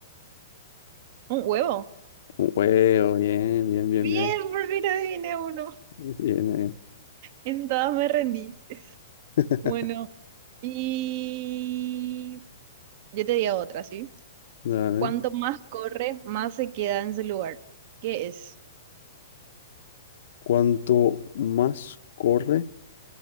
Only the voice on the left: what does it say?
Un huevo, bien, bien, bien,
bien.
Bien ahí.
<laughs>
Dale.
Cuanto más corre,